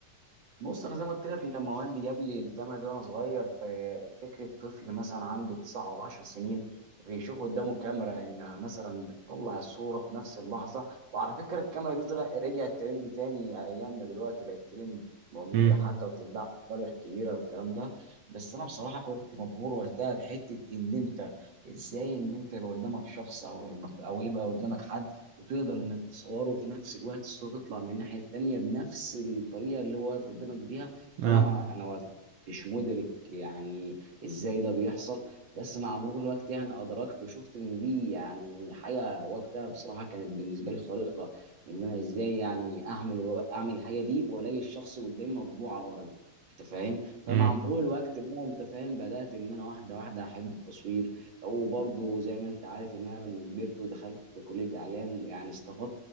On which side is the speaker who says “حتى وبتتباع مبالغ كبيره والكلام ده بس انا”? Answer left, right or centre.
Right